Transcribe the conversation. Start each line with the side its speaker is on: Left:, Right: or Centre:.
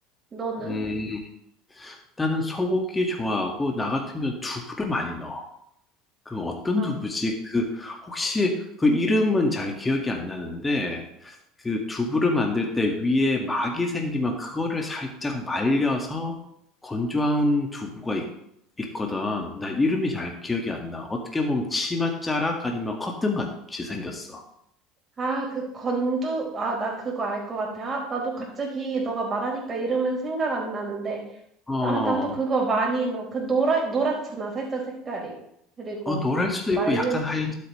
Right: 너는?
Left: 음. 나는 소고기 좋아하고 나 같은 경우는 두부를 많이 넣어. 그 어떤
Right: 아,
Left: 두부지? 그 혹시 그 이름은 잘 기억이 안 나는데 그 두부를 만들 때 위에 막이 생기면 그거를 살짝 말려서 건조한 두부가 있, 거든나 이름이 잘 기억이 안 나. 어떻게 보면 치맛자락 아니면 커튼 같이 생겼어.
Right: 아, 그 건두. 아, 나 그거 알 것 같아. 아, 나도 갑자기 너가 말하니까 이름은 생각 안 나는데.
Left: 어,
Right: 아, 나도 그거 많이 넣어. 그 노랗, 노랗잖아. 살짝 색깔이. 그리고
Left: 어, 노랄 수도
Right: 말,
Left: 있고 약간 하얀,